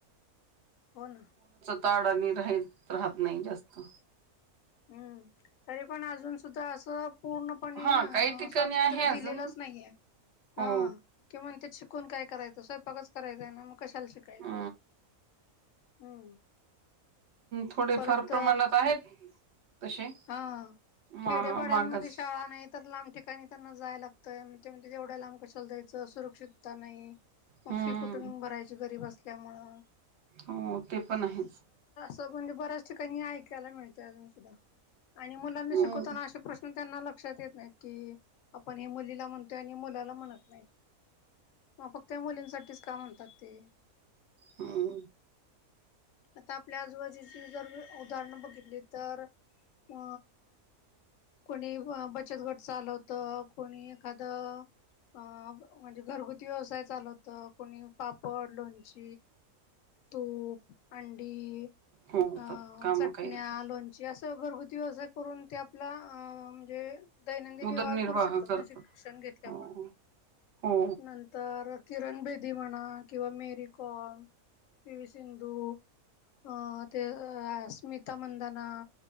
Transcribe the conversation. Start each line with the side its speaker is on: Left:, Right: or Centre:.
Left: पन.
Right: ताड आणि राहत राहत नाही जास्त.
Left: हम्म तरी पण अजून सुद्धा असं. पूर्णपणे
Right: हा
Left: अ
Right: काही ठिकाणी
Left: स्वातंत्र्य
Right: आहे अजून
Left: दिलेलंच नाहीये.
Right: हो
Left: हा कि म्हण त्या शिकून काय? करायचं स्वयंपाकच करायचं आहे ना मग कशाला शिकायचं
Right: अ
Left: हम्म.
Right: थोडे
Left: परत
Right: फार प्रमाणात आहेत. तसे
Left: हा
Right: मा
Left: खेडेपाड्यांमध्ये
Right: मागास
Left: शाळा नाही तर लांब. ठिकाणी त्यांना जाय लागतंय तेवढ्या लांब कशल दयचं सुरक्षितता नाही. मग
Right: हम्म
Left: फी कुठून भरायची गरीब असल्यामुळ.
Right: हो ते पण आहेच.
Left: ब्याच ठिकाणी ऐकायला मिळते अजून सुधा आणि मुलांना
Right: हम्म
Left: शिकवताना प्रश्न. त्यांना लक्षात येत नाहीत की आपण हे मुलीला म्हणतोय आणि मुलाला म्हणत नाही. मग फक्त मुलींसाठीच का म्हणतात ते.
Right: हम्म.
Left: आता आपल्या आजूबाजूची जर उदाहरण बघितली तर? ह. कोणी बचत गट चालवतं कोणी एखादं अ म्हणजे घरगुती व्यवसाय चालव होत कोणी पापड लोणची. तूप अंडी
Right: हो
Left: अ
Right: तर काम
Left: चटण्या
Right: काही ना काही
Left: लोणची अस. घरगुती वज करून ते आपला म्हणजे? दैनंदिन
Right: उदरनिर्वाह
Left: व्यवहार करू शकतात
Right: करतात
Left: ना शिक्षण घेतल्यामुळे.
Right: हो हो
Left: नंतर किरण बेदी म्हणा किंवा मेरी कॉम पी वी सिंधु अं ते अस्मिता मंदना